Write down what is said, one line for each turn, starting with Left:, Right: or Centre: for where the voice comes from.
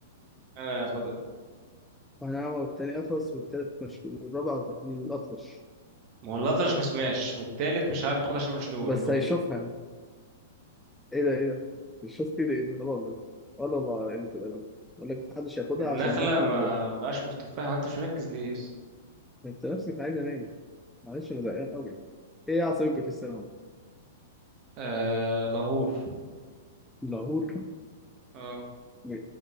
Right: انا هاخدها
Centre: واحد أعمى والتاني أخرس والتالت مشلول والرابع عط- الأطرش
Right: والأطرش مسماش والتالت مش عارف ياخد عشان مشلول
Centre: بس هيشوفها يعني إيه ده إيه ده؟ مش شوف كده إيه ده؟ لا والله ولا والله قلة الأدب يقول لك محدش هياخدها
Right: والنخلة
Centre: عشان النخل
Right: ما
Centre: ما بيعرفش
Right: بقاش في التفاح انت مش مركز ليه اصلا
Centre: أنت نفسك عايز أنام معلش أنا زهقان أوي إيه يا عصبية السنة؟
Right: آه لاهور
Centre: لاهور
Right: اه
Centre: م-